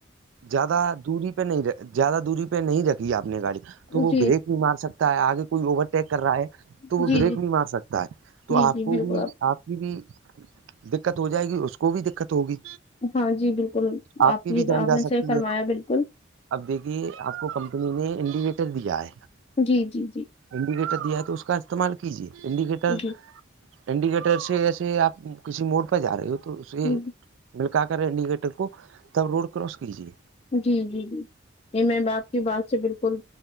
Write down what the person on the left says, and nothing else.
جی
جی
جی
جی
جی
بالکل
آپ ہاں جی بالکل
یہ
آپ
نے
صحیح فرمایا
بالکل
جی جی جی
جی
جی
جی جی جی یہ میں باپ کی بات سے بالکل